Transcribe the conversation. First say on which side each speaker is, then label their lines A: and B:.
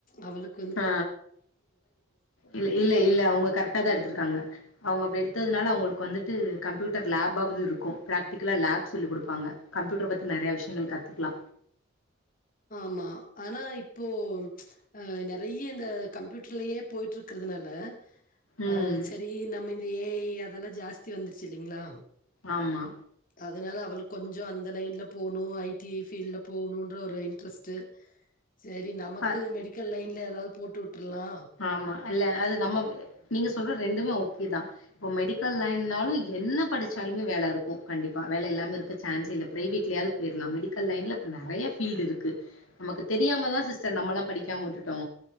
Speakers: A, on the left; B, on the left.
A: அவளுக்
B: ஆ இல் இல்ல இல்ல அவுங்க கரெக்ட்டா தா எடுத்திருக்காங்க அவுங்க அப்டி எடுத்ததுனால அவுங்களுக்கு வந்துட்டு கம்ப்யூட்டர் லேப்பாவது இருக்கு ப்ராக்டிக்கலா லேப் சொல்லி் குடுப்பாங்க கம்ப்யூட்டர் பத்தி நெறையா விஷயங்கள் கத்துக்லா
A: ஆமா ஆனா இப்போ அ நெறைய இந்த கம்ப்யூட்டர்லயே போய்ட்டு இருக்றதுனால
B: ம்
A: அ செரி நம்ம இந்த ஏ ஐ அதெல்லா ஜாஸ்தி வந்துருச்சு இல்லிங்ளா
B: ஆம்மா
A: அதனால அவளுக் கொஞ்சோ அந்த லைன்ல போணு ஐ டி ஐ ஃபீல்ல போகணுன்ற ஒரு இன்ட்ரெஸ்ட்டு செரி நமக்கு
B: ப
A: மெடிக்கல் லைன்ல ஏதாவது போட்டுட்ருலா
B: ஆமா இல்ல அது நம்ம நீங்க சொல்ற ரெண்டுமே ஓக்கே தா இப்ப மெடிக்கல் லைன்னாலு என்ன படிச்சாலுமே வேல இருக்கு கண்டிப்பா வேலை இல்லாம இருக்க சான்ஸே இல்ல பிரைவேட்லாது பேர்லா மெடிக்கல் லைன்ல இப்ப நெறைய ஃபீல்டு இருக்கு நமக்கு தெரியாமதா சிஸ்டர் நம்மல்லா படிக்காம விட்டுட்டோ